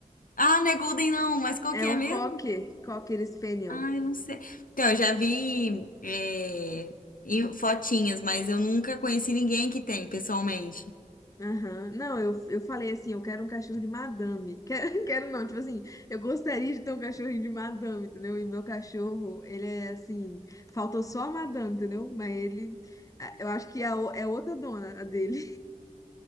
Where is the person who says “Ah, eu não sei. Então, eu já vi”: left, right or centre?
Left